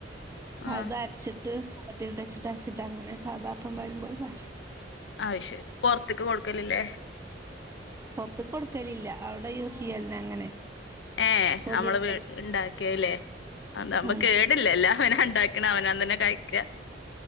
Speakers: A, on the left; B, on the right.
A: ആഹ്
B: അതര ച്ചിട്ട് <unintelligible> അങ്ങനെ സാധാ അപ്പം പാരുമ്പോലെ പാര
A: ആശെരി പോർത്ത്ക്ക് കൊടുക്കലല്ലേ
B: പുറത്ത് കൊടുക്കലില്ല അവിടെ യൂസ് ചെയ്യലന്നെ അങ്ങനെ
A: ഏഹ്
B: പൊടിയൊക്കെ
A: നമ്മള് വീ ഇണ്ടാക്കിയല്ലേ ആ നമ്മ
B: ഉം
A: കേ ‌ത് ല്ലല്ലോ അവനാണ്ടാക്കണ അവനാൻ തന്നെ കഴിക്ക